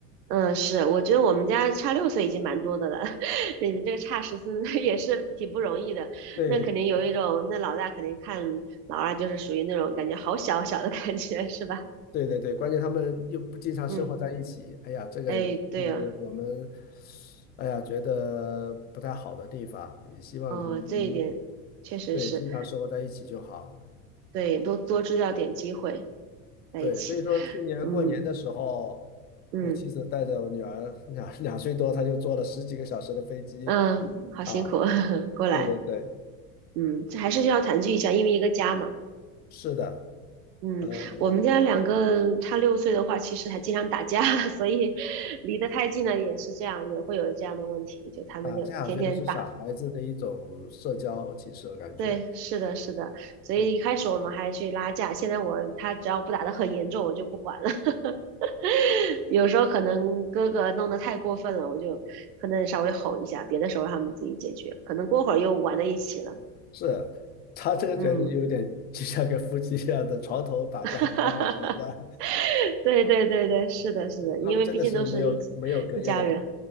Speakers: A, on the right; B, on the left.
A: 嗯，是，我觉得我们家差六岁已经蛮多的了，<laughs> 对你这个差十四 <laughs> 岁也是挺不容易的。
B: 对
A: 那肯定有一种，那老大肯定看老二就是属于那种感觉好小小的感觉，是吧？
B: 对对对，关键他们又不经常生活在一起。
A: 嗯，
B: 哎呀，这个也是我们，
A: 哎，对呀、
B: 哎呀，觉得不太好的地方，也希望他们能
A: 哦，这一点确实是
B: 对经常生活在一起就好。
A: 对，多多制造点机会在一起，
B: 对，所以说去年过年的时候，
A: 嗯嗯
B: 我妻子带着我女儿两两岁多，她就坐了十几个小时的飞机
A: 嗯，好辛苦，
B: 啊。
A: <laughs> 过来，
B: 对对对。
A: 嗯，这还是需要团聚一下，因为一个家嘛，
B: 是的，
A: 嗯，
B: 呃，
A: 我们家两个差六岁的话，其实还经常打架，<laughs> 所以离得太近了也是这样，也会有这样的问题，就他们就天天打，
B: 打架我觉得是小孩子的一种社交，其实我感觉，
A: 对，是的，是的，所以一开始我们还去拉架，
B: 嗯，
A: 现在我他只要不打得很严重，我就不管了，<laughs> 有时候可能哥哥弄得太过分了，我就可能稍微吼一下，别的时候他们自己解决，可能过会儿又玩在一起了。
B: 是，他这个觉得有点就像跟夫妻一样的床头打架吵百合的，
A: 嗯，<laughs> 对对对对，是的，是的，
B: 他们真的是没有没有隔夜的仇，
A: 因为毕竟都是一起一家人。